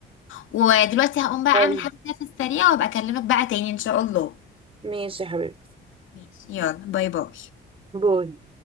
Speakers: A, on the left; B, on the right.
A: ودلوقتي هقوم بقى اعمل
B: أوي
A: حاجة كده في السريع وابقى اكلمك بقى تاني ان شاء الله
B: ماشي يا حبيبتي
A: ماشي يلا باي باي
B: باي